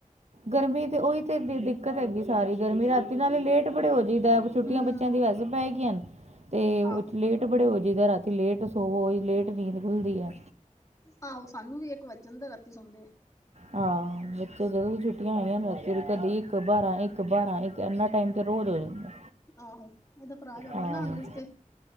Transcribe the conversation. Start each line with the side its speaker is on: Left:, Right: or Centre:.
Right: ਗਰਮੀ ਤੇ ਓਈ ਤੇ ਦਿੱਕਤ ਹੈਗੀ ਸਾਰੀ ਗਰਮੀ ਰਾਤੀ ਨਾਲ ਏ ਲੇ ਟ ਬੜੇ ਹੋ ਜਾਈਦਾ ਛੁੱਟੀਆਂ
Left: ਹਮ
Right: ਬੱਚਿਆਂ ਦੀ ਵੈਸੇ ਪੈ ਗਈਆਂ ਨੇ ਤੇ ਓ
Left: ਆਹੋ
Right: ਲੇਟ ਟ ਬੜੇ ਹੋ ਜਿਦਾਂ ਰਾਤੀ ਲੇਟ ਸੋਵੋ ਈ ਲੇਟ ਨੀਦਂ ਖੁਲਦੀ ਐ।
Left: ਆਹੋ ਸਾਨੂੰ ਵੀ ਏਕ ਵੱਜ ਜਾਦਾ ਰਾਤੀ ਸੋਣਦੇ
Right: ਆ ਵੀਚੋਂ ਜਦੋਂ ਵੀ ਛੁੱਟੀਆਂ ਹੋਈਆਂ ਕਦੇ ਏਕ ਬਾਰਾਂ ਏਕ ਬਾਰਾਂ ਏ ਤੇ ਏਨਾ ਟੈਮ ਤੇ ਰੋਜ਼ ਹੋ ਜਾਂਦਾ।
Left: ਆਹੋ ਏਦਾ ਪਰਾ ਜਾਂਦਾ
Right: ਹਾਂ
Left: ਨਾ ਹੰਗਰੀਜ਼ ਤੇ